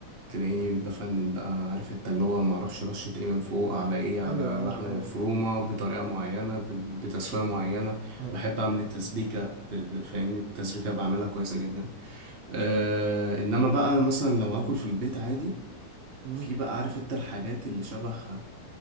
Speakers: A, on the right; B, on the right.
A: تلاقيني بفنن بقى عارف انت اللي هو معرفش رشة ايه من فوق على ايه على
B: ايوه ايوه
A: لحمة
B: ايوه
A: مفرومة بطريقة معينة ب- ب- بتسوية معينة
B: أهي.
A: بحب اعمل التسبيكة ب- ب- فاهمني التسبيكة بعملها كويسة جدا آه انما بقى مثلا لو هاكل في البيت عادي
B: مم.
A: في بقى عارف انت الحاجات اللي شبه آه،